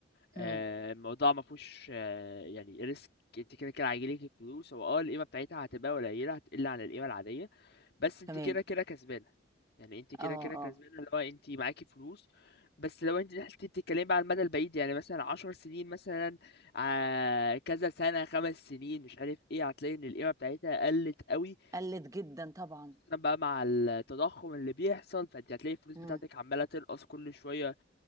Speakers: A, on the left; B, on the right.
A: آه،
B: امم
A: الموضوع ما فيهوش آه، يعني ريسك انت كده كده هيجيلك الفلوس هو اه القيمه بتاعتها هتبقى قليله هتقل عن القيمه العاديه بس انت
B: تمام
A: كده كده كسبانه يعني انت كده
B: اه
A: كده
B: اه
A: كسبانه اللي هو انت معاكي فلوس بس لو انت حسيتي بتتكلمي بقى على المدى البعيد يعني مثلا عشر سنين مثلا آه، كذا سنه خمس سنين مش عارف ايه هتلاقي ان القيمه بتاعتها قلت قوي
B: قلت جدا طبعا
A: عشان بقى مع التضخم اللي بيحصل فانت هتلاقي الفلوس
B: امم
A: بتاعتك عمالة تنقص كل شوية